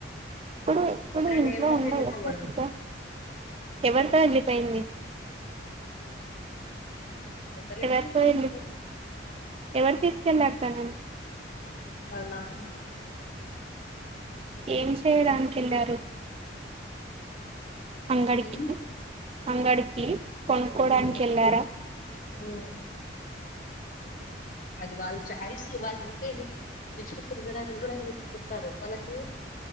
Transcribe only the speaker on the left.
నిద్ర
లేవడం
వెళ్ళిపోవడం
ఆ వస్తలేవు
<unintelligible>
ఇంట్లోకి
వాళ్ల నాన్న
ఉమ్
ఉమ్
ఉమ్ అది వాళ్ళ చాయిస్ వాళ్ళు లేదు జస్ట్ తిరగాడానికి కూడా <inaudible> అంటరు వాళ్లకు